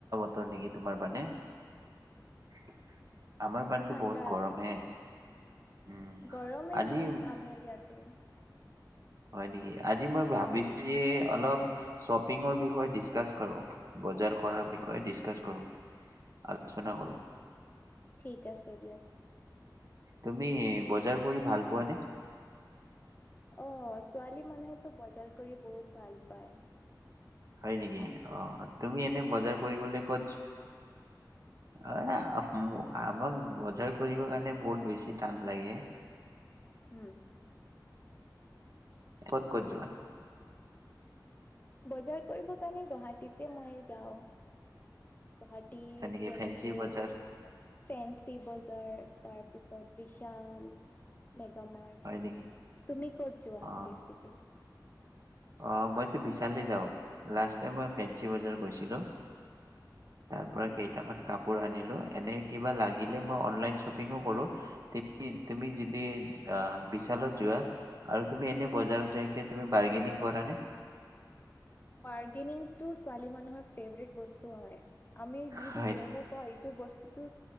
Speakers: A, on the right; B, on the left.
A: ৰ নেকি তোমাৰ মানে <unintelligible> আমাৰ ফালেটো
B: ঠাণ্ডা,
A: বহুত গৰম হে উম
B: গৰমে
A: আজি
B: হয় আমাৰ ইয়াতো
A: হয় নেকি আজি মই ভাবিছোঁ যে অলপ চপীংৰ বিষয়ে ডিছকাছ কৰোঁ। বজাৰ কৰাৰ বিষয়ে ডিছকাছ কৰোঁ আলোচনা কৰোঁ
B: ঠিক আছে দিয়া
A: তুমি বজাৰ কৰি ভাল পোৱানে
B: অ ছোৱালী মানুহেতো বজাৰ কৰি বহুত ভাল পায়।
A: হয় নেকি অ তুমি এনে বজাৰ কৰিবলৈ ক'ত
B: সে
A: অ আমাক বজাৰ কৰিব কাৰণে বহুত বেছি টান লাগে
B: উম।
A: কত কত যোৱা
B: বজাৰ কৰিব কাৰণে গুৱাহাটীতে মই যাওঁ। গুৱাহাটীত
A: হয় নেকি?
B: যেনেকে
A: ফেঞ্চি বজাৰ
B: ফেন্ঞ্চি বজাৰ তাৰপিছত বিশাল মেগামাৰ্ট
A: হয় নেকি?
B: তুমি ক'ত যোৱা
A: অ',
B: বেছিকে
A: অ মইতো বিশালেই যাওঁ লাষ্ট টাইম মই ফেঞ্চি বজাৰ গৈছিলোঁ। তাৰ
B: অ
A: পৰা কেইটামান কাপোৰ আনিলো এনে কিবা লাগিলে মই অনলাইন শ্বপিঙো কৰো তুমি যদি আহ বিশালত যোৱা আৰু তুমি এনে
B: উম
A: বজাৰত যাই তুমি বাৰ্গেনিং কৰা নে
B: বাৰ্গেনিংটো ছোৱালী মানুহৰ ফেভৰেট বস্তু হয়। আমি যদি
A: হয়
B: গমো পাও এইটো বস্তুতটো